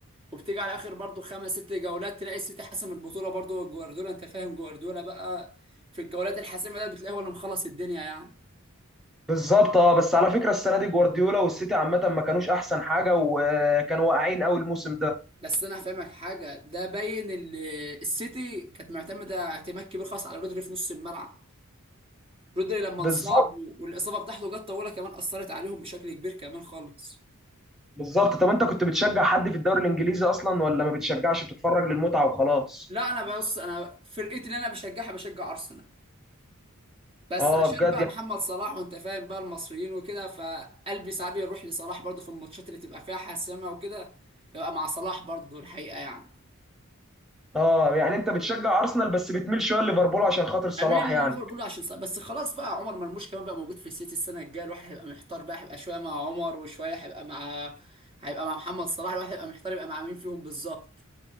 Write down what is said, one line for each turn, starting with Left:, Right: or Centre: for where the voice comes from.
Right: وبتيجي على اخر برضو خمس ست جولات تلاقي السيتي حاسم البطوله برضو جوارديولا انت فاهم جوارديولا بقى في الجولات الحاسمه ده بتلاقيه هو اللي مخلص الدنيا يعني
Centre: بالظبط اه بس على فكره السنه دي جوارديولا والسيتي عامه ما كانوش احسن حاجه وكانوا واقعين قوي الموسم ده
Right: بس انا هفهمك حاجه ده باين ال- السيتي كانت معتمده اعتماد كبير خاص على رودري في نص الملعب رودري لما
Centre: بالظبط
Right: انصاب والاصابه بتاعته جت طويله كمان اثرت عليهم بشكل كبير كمان خالص
Centre: بالظبط طب انت كنت بتشجع حد في الدوري الانجليزي اصلا ولا ما بتشجعش بتتفرج للمتعه وخلاص
Right: لا انا بص انا فرقتي اللي انا بشجعها بشجع ارسنال بس
Centre: اه
Right: عشان
Centre: بجد
Right: بقى
Centre: يعني
Right: محمد صلاح وانت فاهم بقى المصريين وكده فقلبي ساعات بيروح لصلاح برضه في الماتشات اللي تبقى فيها حاسمه وكده ببقى مع صلاح برضه الحقيقه يعني
Centre: اه يعني انت بتشجع ارسنال بس بتميل شويه لليفربول عشان خاطر صلاح
Right: اميل ليفربول
Centre: يعني
Right: عشان صلاح بس خلاص بقى عمر مرموش كمان بقى موجود في السيتي السنه الجايه الواحد هيبقى محتار بقى هيبقى شويه مع عمر وشويه هيبقى مع هيبقى مع محمد صلاح الواحد هيبقى محتار يبقى مع مين فيهم بالظبط